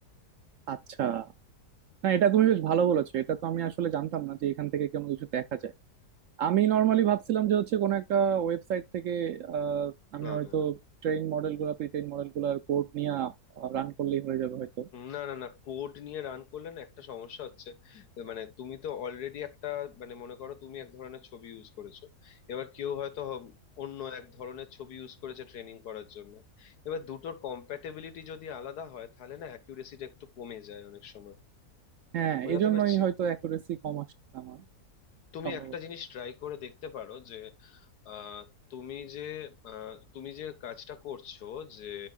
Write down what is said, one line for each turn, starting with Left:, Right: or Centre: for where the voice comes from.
Right: আচ্ছা না এটা তুমি বেশ ভালো বলেছো এটা তো আমি আসলে জানতাম না যে এখান থেকে কোনো কিছু দেখা যায় আমি নর্মালি ভাবছিলাম যে হচ্ছে কোনো একটা ওয়েবসাইট থেকে আহ, আমি
Left: না
Right: হয়তো
Left: না না না
Right: ট্রেন মডেল গুলা প্রি ট্রেন মডেল গুলার কোড নিয়ে রান করলেই হয়ে যাবে হয়তো
Left: না না না কোড নিয়ে রান করলে না একটা সমস্যা হচ্ছে মানে তুমি তো অলরেডি একটা মানে মনে করো তুমি এক ধরনের ছবি ইউজ করেছো এবার কেউ হয়তো হ- অন্য এক ধরনের ছবি ইউজ করেছে ট্রেনিং করার জন্য এবার দুটোর কম্প্যাটেবিলিটি যদি আলাদা হয় তাহলে না অ্যাকিউরেসিটা একটু কমে যায় অনেক সময়
Right: হ্যাঁ
Left: বোঝাতে
Right: এই জন্যই
Left: পারছি
Right: হয়তো অ্যাকুরেসি কম আসছে আমার
Left: তুমি
Right: সম্ভবত
Left: একটা জিনিস ট্রাই করে দেখতে পারো যে আহ, তুমি যে আহ, তুমি যে কাজটা করছো যে